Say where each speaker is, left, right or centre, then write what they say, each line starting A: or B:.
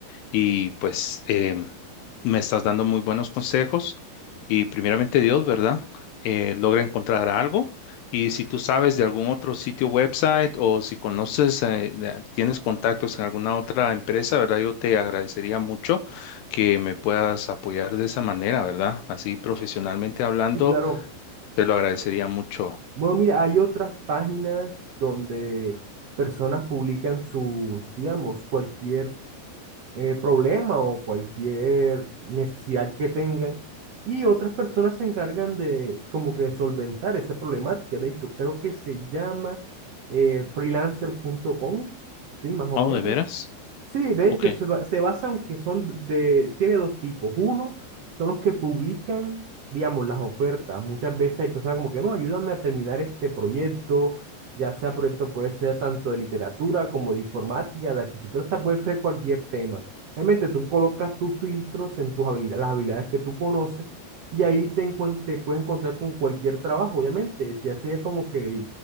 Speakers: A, on the left; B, on the right.
A: y pues em, me estás dando muy buenos consejos y primeramente Dios, ¿verdad? Eh, logra encontrar algo y si tú sabes de algún otro sitio website o si conoces, eh, de- tienes contactos en alguna otra empresa, ¿verdad? Yo te agradecería mucho que me puedas apoyar de esa manera, ¿verdad? Así profesionalmente hablando,
B: Sí, claro.
A: te lo agradecería mucho.
B: Bueno, mira, hay otras páginas donde personas publican sus, digamos, cualquier eh, problema o cualquier necesidad que tengan y otras personas se encargan de como que de solventar esa problemática. De hecho, creo que se llama eh, freelancer punto com sí, más o
A: Oh,
B: menos,
A: ¿de veras?
B: Sí, de hecho,
A: Ok.
B: se, ba- se basan que son de, tiene dos tipos. Uno, son los que publican, digamos, las ofertas. Muchas veces hay personas como que, no, ayúdame a terminar este proyecto, ya sea proyecto puede ser tanto de literatura como de informática, de arquitectura, o sea, puede ser cualquier tema. Obviamente tú colocas tus filtros en tus habilidades, las habilidades que tú conoces, y ahí te, encuent- te puedes encontrar con cualquier trabajo, obviamente. Ya sea como que